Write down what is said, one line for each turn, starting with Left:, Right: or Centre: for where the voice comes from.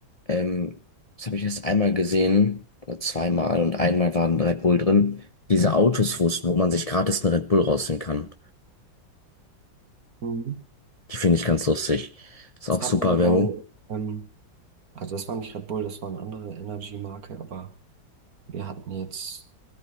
Left: ähm, das habe ich erst einmal gesehen oder zweimal und einmal waren Red Bull drin. Diese Autos, wo es- wo man sich gratis einen Red Bull rausnehmen kann,
Right: Mhm.
Left: die finde ich ganz lustig. Ist auch
Right: Das hatten
Left: super
Right: wir
Left: Werbung.
Right: bei, ähm, also das war nicht Red Bull, das war eine andere Energy-Marke, aber wir hatten jetzt